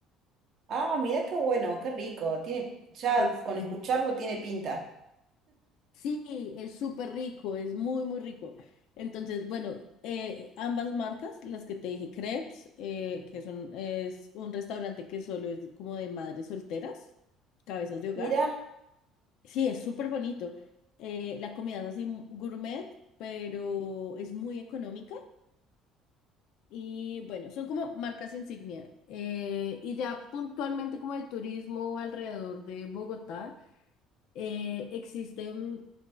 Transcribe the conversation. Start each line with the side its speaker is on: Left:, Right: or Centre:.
Right: Ah, mirá qué bueno, qué rico. Tiene, ya
Left: Es
Right: con
Left: delicioso.
Right: escucharlo tiene pinta.
Left: Sí, es súper rico, es muy, muy rico. Entonces, bueno, eh, ambas marcas, las que te dije, Crepes, eh, que son, es un restaurante que solo es como de madres solteras, cabezas de hogar.
Right: Mirá,
Left: Sí, es súper bonito. Eh, la comida es así gourmet, pero es muy económica. Y bueno, son como marcas insignia. Eh, y ya puntualmente como de turismo alrededor de Bogotá, eh, existen